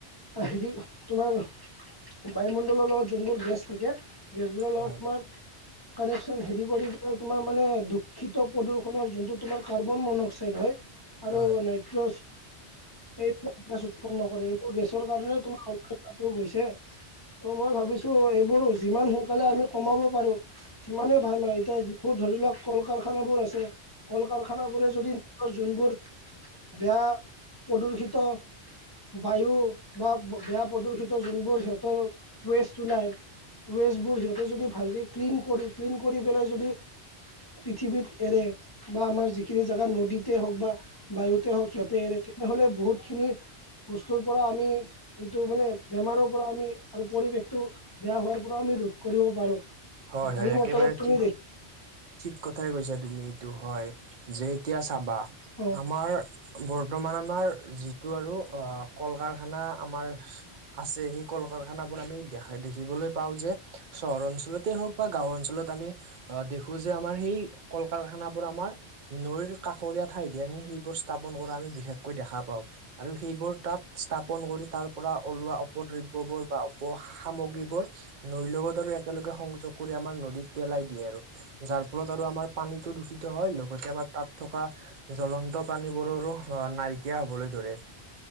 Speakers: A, on the left; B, on the right.
A: হেৰি তোমাৰ বায়ুমণ্ডলৰ লগত যোনবোৰ গেছ থাকে। গেছবোৰৰ
B: হয়
A: লগত
B: হয়
A: তোমাৰ কানেকশ্বন হেৰী কৰি তোমাৰ মানে দূষিত প্ৰদূষনৰ যোনটো তোমাৰ কাৰ্বন মনক্সাইড হয়। আৰু
B: হয়
A: নাইট্ৰজ এইবিলাক গেছ উৎপন্ন কৰে এইবোৰ গেছৰ কাৰণে তোমাৰ টো গৈছে ত মই ভাবিছো এইবোৰ যিমান সোনকালে আমি কমাব পাৰোঁ। সিমানে ভাল হয় এতিয়া যোৰ ধৰি লওক কল কাৰখানাবোৰ আছে কল কাৰখানা বোৰে যদি যোনবোৰ বেয়া প্ৰদূষিত বায়ু বা বেয়া প্ৰদূষিত যোনবোৰ সিহঁতৰ ৱেষ্ট ওলাই ওৱে সেইবোৰ সিহঁতে যদি ভালকে ক্লিন কৰি ক্লিন কৰি পেলাই যদি পৃথিৱীত এৰে। বা আমাৰ যিখিনি জেগা নদীতে হওক বা বায়ুতে হওক সিয়াতে এৰে তেনেহলে বহুতখিনি বস্তুৰ পৰা আমি এইটো মানে বেমাৰৰ পৰা আমি আৰু পৰিৱেশটো বেয়া হোৱাৰ পৰা আমি ৰোধ কৰিব পাৰোঁ।
B: হয়
A: গাড়ী
B: হয় একেবাৰে
A: মটৰত তুমি
B: ঠিক
A: দেখি
B: ঠিক কথাই কৈছা তুমি এইটো হয় যে এতিয়া চাবা
A: অ
B: আমাৰ বৰ্তমান আমাৰ যিটো আৰু কল কাৰখানা আমাৰ আছে সেই কলকাৰখানাবোৰ আমি দেখা দেখিবলৈ পাওঁ যে চহৰ অঞ্চলতে হওক বা গাও অঞ্চলত আমি দেখো খোজে আমাৰ সেই কল কাৰখানাবোৰ আমাৰ নৈৰ কাষৰীয়া ঠাইতে আমি সেইবোৰ স্থাপন কৰা আমি বিশেষকৈ দেখা পাওঁ আৰু সেইবোৰ তাত স্থাপন কৰি তাৰ পৰা ওলোৱা অপদ্ৰব্যবোৰ বা অ সামগ্ৰীবোৰ নৈৰ লগত আৰু একেলগে সংযোগ কৰি আমাৰ নদীত পেলাই দিয়ে আৰু যাৰ ফলত আৰু আমাৰ পানীতটো দূষিত হয় লগতে আমাৰ তাত থকা জ্বলন্ত প্ৰাানীবোৰৰো নাইকিয়া হবলৈ ধৰে